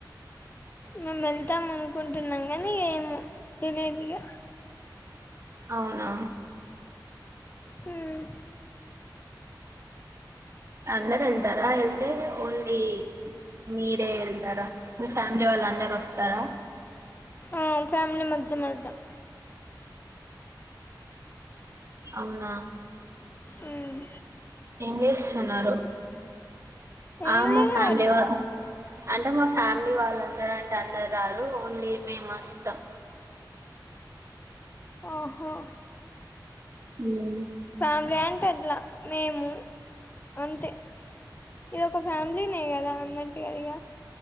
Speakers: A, on the left; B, on the right.
A: మేమేళ్తాం అనుకుంటున్నాం కానీ ఏమో తెలియదిగా
B: అవునా
A: హుమ్
B: అందరేళ్తారా వెళ్తే ఓన్లీ మీరే ఎళ్తారా మీ ఫ్యామిలీ వాళ్ళు అందరు ఒస్తారా
A: ఆ ఫ్యామిలీ మొత్తం మెల్తం
B: అవునా
A: ఉహ్
B: ఏం జేస్తున్నారు
A: ఏం
B: ఆ మా
A: లేదు
B: ఫ్యామిలీ వా అంటే మా ఫ్యామిలీ వాళ్ళ అందరంటే అందరు రారు ఓన్లీ మేమస్తాం.
A: ఓహో
B: ఉమ్
A: సామ్లన్ అట్లా మేము అంతే ఇదొక ఫ్యామిలీనే కదా అన్నట్టు కదిగా